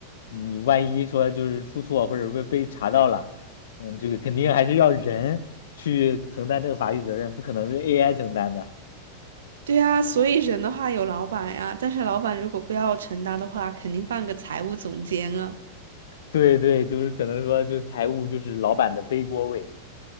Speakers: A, on the left; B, on the right.
A: 你万一说就是出错或者被被查到了，嗯，这个肯定还是要人去承担这个法律责任，不可能是 AI 承担的。
B: 对呀，所以人的话有老板呀，但是老板如果不要承担的话，肯定放个财务总监啊，
A: 对对，就是可能说就是财务就是老板的背锅位，